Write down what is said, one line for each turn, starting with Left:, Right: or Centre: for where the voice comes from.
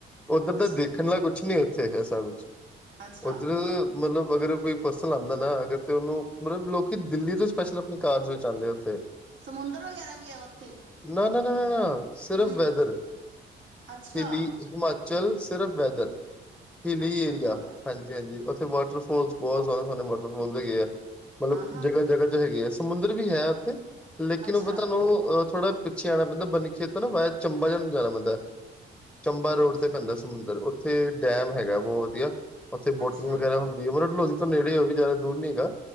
Centre: ਉੱਧਰ
Right: ਅੱਛਾ
Centre: ਤਾਂ ਦੇਖਣ ਵਾਲ ਕੁਛ ਨੀ ਇੱਥੇ ਹੈ ਸਾ ਕੁਛ
Right: ਅੱਛਾ
Centre: ਉਧਰ ਮਤਲਬ ਅਗਰ ਕੋਈ ਪਰਸਨ ਆਉਂਦਾ ਨਾ ਅਗਰ ਉਹਨੂੰ ਮਤਲਬ ਲੋਕ ਦਿੱਲੀ ਦੇ ਸਪੈਸ਼ਲ ਆਪਣੀ ਕਾਰਜ ਰਚਿਦੇ ਉੱਥੇ
Right: ਸਮੁੰਦਰ ਵਗੈਰਾ ਵੀ ਹੈ ਉੱਥੇ
Centre: ਨਾ ਨਾ ਨਾ ਨਾ ਨਾ ਸਿਰਫ
Right: ਹਮ
Centre: ਵੈਦਰ
Right: ਅੱਛਾ
Centre: ਹਿਲੀ ਹਿਮਾਚਲ ਸਿਰਫ ਵੈਦਰ ਹਿਲੀ
Right: ਅੱਛਾ
Centre: ਏਰੀਆ
Right: ਅੱਛਾ
Centre: ਹਾਂਜੀ ਹਾਂਜੀ ਉੱਥੇ ਵਾਟਰਫੋਲ ਬਹੁਤ ਸੋਹਣੇ ਸੋਹਣੇ ਵਾਟਰ ਫੋਲ ਦੇ ਗਏ ਆ ਮਤਲਬ
Right: ਆਹਾਂ
Centre: ਜਗ੍ਹਾ ਜਗਾ ਹੈਗੇ ਹੈ ਸਮੁੰਦਰ ਵੀ ਹੈ ਉੱਥੇ ਲੇਕਿਨ
Right: ਅੱਛਾ
Centre: ਉਹ ਤੁਹਾਨੂੰ ਅ ਥੋੜਾ ਪਿੱਛੇ ਆਉਣਾ ਪੈਂਦਾ ਬਨੀ ਖੇਤ ਨਾ ਵਾਇਆ ਚੰਬਾ ਜਾਣ ਜਾਣਾ ਪੈਂਦਾ ਚੰਬਾ ਰੋਡ
Right: ਅੱਛਾ
Centre: ਤੇ ਪੈਂਦਾ ਸਮੁੰਦਰ ਉੱਥੇ ਡੈਮ ਹੈਗਾ ਬਹੁਤ ਵਧੀਆ ਉੱਥੇ
Right: ਅੱਛਾ
Centre: ਬੋਟਿੰਗ ਵਗੈਰਾ ਹੁੰਦੀ ਹੈ ਓ ਨਾ ਡਲਹੌਜੀ ਤੋਂ ਨੇੜੇ ਓ ਵੀ ਜ਼ਿਆਦਾ ਦੂਰ ਨੀ ਹੈਗਾ